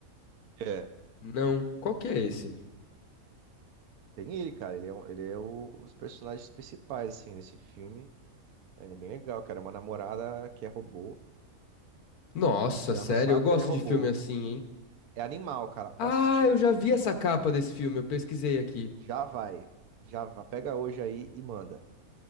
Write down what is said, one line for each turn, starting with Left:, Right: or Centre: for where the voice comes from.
Right: É.
Left: Não. Qual que é esse?
Right: Tem ele, cara. Ele é, um- ele é o- um personagens principais, assim, nesse filme. É bem legal, cara. É uma namorada que é robô
Left: Nossa,
Right: e ela
Left: sério,
Right: não sabe
Left: eu gosto
Right: que ela é robô.
Left: de filme assim, hein?
Right: É animal, cara. Posso
Left: Ah,
Right: assistir.
Left: eu já vi essa capa desse filme, eu pesquisei aqui.
Right: Já vai. Já vai. Pega hoje aí e manda.